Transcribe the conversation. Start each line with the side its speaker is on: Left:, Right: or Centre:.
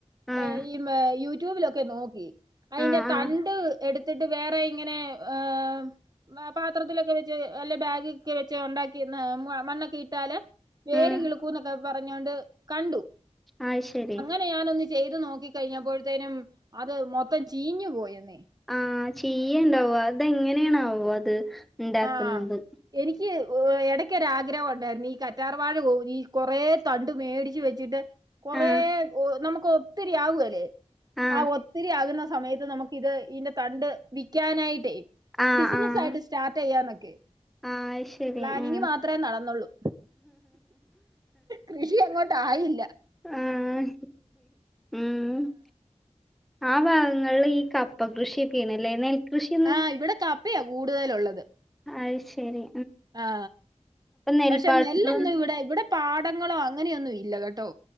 Centre: ആഹ്
Right: ഏ ഈ യൂട്യൂബിലൊക്കെ നോക്കി അതിന്റെ
Centre: ആഹ്
Right: തണ്ട്
Centre: ആഹ്
Right: എടുത്ത്- ത്തിട്ട് വേറെ ഇങ്ങനെ ആ പാത്രത്തിലൊക്കെ വെച്ച് അല്ല ബാഗ ഒക്കെ വെച്ച് ഉണ്ടാക്കി മണ്ണൊക്കെ ഇട്ടാല് വേര്
Centre: ഉം
Right: കിളക്കൂന്നൊക്കെ പറഞ്ഞൊണ്ട് കണ്ടു
Centre: ആയ് ശരി
Right: ന്നെ ഞാനൊന്ന് ചെയ്ത് നോക്കി കയ്ഞ്ഞപ്പോഴത്തേനും അത് മൊത്തം ചീഞ്ഞു പോയെന്നേ
Centre: ആ ചീയ്യ്ണ്ടാവും അതെങ്ങനെയാണാവോ അത് ഉണ്ടാക്കുന്നത്
Right: ആ എനിക്ക് എടയ്ക്കൊരാഗ്രഹണ്ടായിരുന്നു ഈ കറ്റാർവാഴ ഊരി കൊറെ തണ്ട് മേടിച്ചു വെച്ചിട്ട് കൊറെ
Centre: ആഹ്
Right: നമുക്ക് ഒത്തിരിയാകുല്ലേ
Centre: ആഹ്
Right: ആ ഒത്തിരി ആകുന്ന സമയത്ത് നമുക്ക് ഇത് ഇന്റെ തണ്ട് വിക്കാനായിട്ടേ
Centre: ആഹ്
Right: ബിസിനസായിട്ട്
Centre: ആഹ്
Right: സ്റ്റാർട്ടെയ്യാന്നൊക്കെ
Centre: ആഹ് അത് ശരി
Right: പ്ലാനിങ്
Centre: ആഹ്
Right: മാത്രേ നടന്നൊള്ളൂ കൃഷി അങ്ങോട്ടായില്ല
Centre: ആഹ് ഉം ആ ഭാഗങ്ങലീ ഈ കപ്പകൃഷിയൊക്കെണ്ല്ലേ നെൽകൃഷി
Right: ആ ഇവിടെ കപ്പയാ കൂടുതലൊള്ളത്
Centre: അയ് ശെരി
Right: ആ
Centre: നെൽപ്പാടങ്ങളും
Right: പക്ഷെ നെല്ലൊന്നും ഇവിടെ ഇവിടെ പാടങ്ങളോ അങ്ങനെയൊന്നും ഇല്ല കേട്ടോ